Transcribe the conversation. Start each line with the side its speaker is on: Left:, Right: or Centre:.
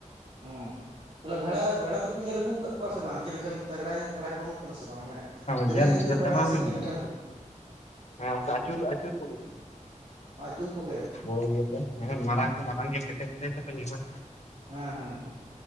Right: ᱦᱮᱸ, ᱛᱟᱦᱚᱞᱮ ᱵᱷᱮᱲᱟ ᱵᱷᱮᱲᱟ ᱫᱚᱯᱮ ᱧᱮᱞ ᱟᱹᱜᱩ ᱟᱠᱟᱫ ᱠᱚᱣᱟ ᱥᱮ ᱵᱟᱝ ᱪᱮᱫ ᱞᱮᱠᱟᱱ ᱛᱟᱜᱽᱲᱟ ᱧᱚᱜ ᱵᱷᱮᱲᱟ ᱠᱚ ᱮᱢᱚᱜ ᱠᱟᱱᱟ ᱥᱮ ᱵᱟᱝ ᱢᱟᱱᱮ ᱫᱮᱨᱮᱧ
Left: ᱧᱮᱞ
Right: ᱟᱹᱪᱩᱨ ᱵᱷᱮᱲᱟ
Left: ᱪᱟᱞᱟᱣ ᱦᱩᱭ
Right: ᱥᱮ
Left: ᱞᱮᱱᱟ
Right: ᱪᱮᱫ ᱞᱮᱠᱟᱱ ᱵᱷᱮᱲᱟ?
Left: ᱦᱮᱸ, ᱚᱝᱠᱟ ᱟᱪᱩᱨ ᱟᱪᱩᱨ ᱠᱚᱜᱮ ᱠᱟᱱᱟ᱾
Right: ᱟᱹᱪᱩᱨ ᱠᱚᱜᱮ
Left: ᱠᱚᱢ ᱜᱮᱛᱮ, ᱦᱮᱸ, ᱢᱟᱨᱟᱝ ᱠᱚ ᱢᱟᱨᱟᱝ ᱜᱮᱭᱟ ᱠᱮᱴᱮᱡ ᱠᱮᱴᱮᱡ ᱛᱮᱠᱚ ᱧᱩᱨᱩ
Right: ᱦᱮᱸ ᱦᱮᱸ ᱦᱮᱸ᱾